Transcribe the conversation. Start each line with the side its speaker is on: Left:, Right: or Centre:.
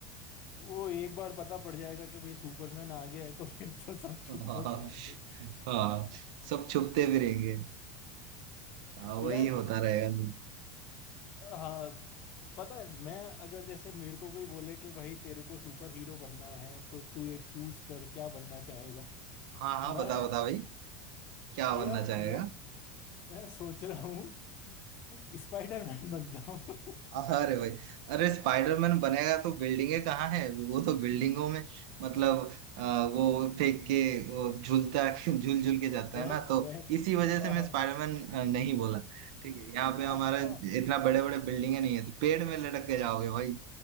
Left: वो एक बार पता पड़ जाएगा कि भाई सुपरमैन आ गया है तो फिर तो सब
Right: <laughs>
Left: चुप
Right: हाँ
Left: हो जाएंगे <laughs>
Right: हाँ सब छुपते भी रहेंगे हाँ वही
Left: यार
Right: होता रहेगा तो।
Left: हाँ तो पता है मैं अगर जैसे मेरे को कोई बोले कि भाई तेरे को सुपर हीरो बनना है तो तू एक चूज कर क्या बनना चाहेगा
Right: हाँ हाँ बताओ
Left: मैं
Right: बताओ भाई क्या
Left: यार
Right: बनना चाहेगा
Left: मैं मैं सोच रहा हूँ <laughs> स्पाइडरमैन बन जाऊं
Right: अरे भाई अरे स्पाइडरमैन बनेगा तो बिल्डिंगे कहाँ है वो तो बिल्डिंगों में मतलब आ, वो फेंक के वो झूलता <laughs> झूल झूल के जाता
Left: मैं
Right: है ना तो
Left: मैं
Right: इसी वजह
Left: <laughs> हाँ
Right: से मैं
Left: हाँ,
Right: स्पाइडरमैन अ, नहीं बोला ठीक है यहाँ पे हमारा
Left: अच्छा
Right: इतना बड़े बड़े बिल्डिंगे नहीं है तो पेड़ में लटक के जाओगे भाई